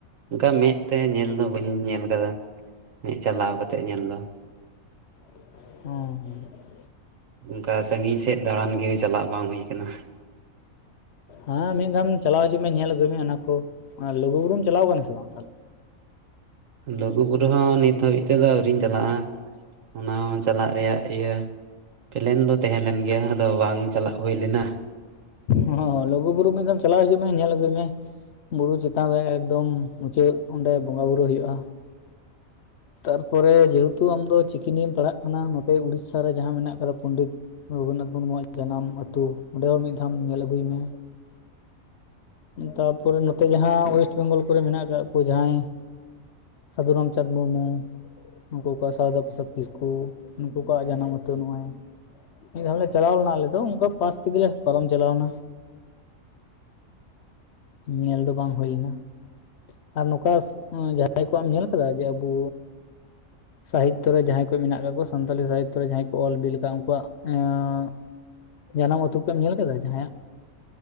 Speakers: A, on the right; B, on the left.
A: ᱚᱱᱠᱟ ᱢᱮᱫ ᱛᱮ ᱧᱮᱞ ᱫᱚ, ᱵᱟᱹᱧ ᱧᱮᱞ ᱟᱠᱟᱫᱟ᱾ <unintelligible> ᱪᱟᱞᱟᱣ ᱠᱟᱛᱮᱜ ᱧᱮᱞ ᱫᱚ᱾
B: ᱦᱚᱸ ᱾
A: ᱚᱱᱠᱟ ᱥᱟᱹᱜᱤᱧ ᱥᱮᱫ ᱫᱟᱲᱟᱱ ᱜᱮ ᱪᱟᱞᱟᱜ ᱵᱟᱝ ᱦᱩᱭ ᱟᱠᱟᱱᱟ᱾
B: ᱦᱮᱸ, ᱢᱤᱫ ᱫᱷᱟᱣᱟᱢ ᱪᱟᱞᱟᱣ ᱦᱤᱡᱩᱜ ᱢᱮ ᱧᱮᱞ ᱟᱹᱜᱩᱭ ᱢᱮ ᱚᱱᱟ ᱠᱚ᱾ ᱞᱩᱜᱩ ᱵᱩᱨᱩᱢ ᱪᱟᱞᱟᱣ ᱟᱠᱟᱱᱟ ᱥᱮ ᱵᱟᱝ ᱛᱟᱦᱚᱞᱮ?
A: ᱞᱩᱜᱩᱵᱩᱨᱩ ᱦᱚᱸ ᱱᱤᱛ ᱦᱟᱹᱵᱤᱡ ᱛᱮᱫᱚ ᱟᱹᱣᱨᱤᱧ ᱪᱟᱞᱟᱜᱼᱟ᱾ ᱚᱱᱟ ᱦᱚᱸ ᱪᱟᱞᱟᱜ ᱨᱮᱭᱟᱜ ᱤᱭᱟᱹ ᱯᱮᱞᱮᱱ ᱫᱚ ᱛᱟᱦᱮᱸ ᱞᱮᱱ ᱜᱮᱭᱟ ᱟᱫᱚ ᱵᱟᱝ ᱪᱟᱞᱟᱜ ᱦᱳᱭ ᱞᱮᱱᱟ᱾
B: ᱚ ᱦᱚᱸ ᱞᱩᱜᱩ ᱵᱩᱨᱩ ᱢᱤᱫ ᱫᱷᱟᱢ ᱪᱟᱞᱟᱣ ᱦᱤᱡᱩᱜ ᱢᱮ, ᱧᱮᱞ ᱟᱹᱜᱩᱭ ᱢᱮ᱾ ᱵᱩᱨᱩ ᱪᱮᱛᱟᱱ ᱨᱮ ᱮᱠᱫᱚᱢ ᱢᱩᱪᱟᱹᱫ, ᱚᱸᱰᱮ ᱵᱚᱸᱜᱟ ᱵᱩᱨᱩ ᱦᱩᱭᱩᱜᱼᱟ᱾ ᱛᱟᱨᱯᱚᱨᱮ ᱡᱮᱦᱮᱛᱩ ᱟᱢᱫᱚ ᱪᱤᱠᱤ ᱱᱤᱭᱟᱹᱢ ᱯᱟᱲᱦᱟᱜ ᱠᱟᱱᱟ᱾ ᱱᱚᱛᱮ ᱩᱲᱤᱥᱥᱟ ᱨᱮ ᱡᱟᱦᱟᱸ ᱢᱮᱱᱟᱜ ᱟᱠᱟᱫᱟ᱾ ᱯᱚᱱᱰᱤᱛᱼᱼ ᱨᱚᱜᱷᱩᱱᱟᱛᱷ ᱢᱩᱨᱢᱩᱣᱟᱜ ᱡᱟᱱᱟᱢ ᱟᱹᱛᱩ ᱾ ᱚᱸᱰᱮ ᱦᱚᱸ ᱢᱤᱫ ᱫᱷᱟᱢ ᱧᱮᱞ ᱟᱹᱜᱩᱭ ᱢᱮ᱾ ᱛᱟᱯᱚᱨᱮ ᱱᱚᱛᱮ ᱡᱟᱦᱟᱸ ᱚᱭᱮᱥᱴ ᱵᱮᱝᱜᱚᱞ ᱠᱚᱨᱮ ᱢᱮᱱᱟᱜ ᱟᱠᱟᱜ ᱠᱚ ᱡᱟᱦᱟᱸᱭᱼᱼ ᱥᱟᱹᱫᱷᱩ ᱨᱟᱢᱪᱟᱸᱫᱽ ᱢᱩᱨᱢᱩ ᱩᱱᱠᱩ ᱠᱚᱣᱟᱜ ᱥᱟᱨᱚᱫᱟ ᱯᱨᱚᱥᱟᱫᱽ ᱠᱤᱥᱠᱩ᱾ ᱩᱱᱠᱩ ᱠᱚᱣᱟᱜ ᱡᱟᱱᱟᱢ ᱟᱹᱛᱩ ᱱᱚᱜᱼᱚᱭ᱾ ᱢᱤᱫ ᱫᱷᱟᱣ ᱞᱮ ᱪᱟᱞᱟᱣ ᱞᱮᱱᱟ ᱟᱞᱮ ᱫᱚ᱾ ᱚᱱᱠᱟ ᱯᱟᱥ ᱛᱮᱜᱮ ᱯᱟᱨᱚᱢ ᱪᱟᱞᱟᱣ ᱮᱱᱟ᱾ ᱧᱮᱞ ᱫᱚ ᱵᱟᱝ ᱦᱳᱭ ᱞᱮᱱᱟ ᱾ ᱟᱨ ᱱᱚᱝᱠᱟ ᱡᱟᱦᱟᱸᱭ ᱠᱚᱣᱟᱜ ᱮᱢ ᱧᱮᱞ ᱟᱠᱟᱫᱟ ᱡᱮ, ᱟᱵᱩᱼᱼ ᱥᱟᱦᱤᱛᱛᱚ ᱨᱮ ᱡᱟᱦᱟᱸᱭ ᱠᱚ ᱢᱮᱱᱟᱜ ᱠᱟᱜ ᱠᱚᱣᱟ ᱾ᱥᱟᱱᱛᱟᱞᱤ ᱥᱟᱦᱤᱛᱛᱚ ᱨᱮ ᱡᱟᱦᱟᱸᱭ ᱠᱚ ᱚᱞ ᱵᱤᱞ ᱟᱠᱟᱫ ᱩᱱᱠᱩᱣᱟᱜ <unintelligible> ᱡᱟᱱᱟᱢ ᱟᱹᱛᱩ ᱠᱚᱢ ᱧᱮᱞ ᱟᱠᱟᱫᱟ ᱡᱟᱦᱟᱸᱭᱟᱜ?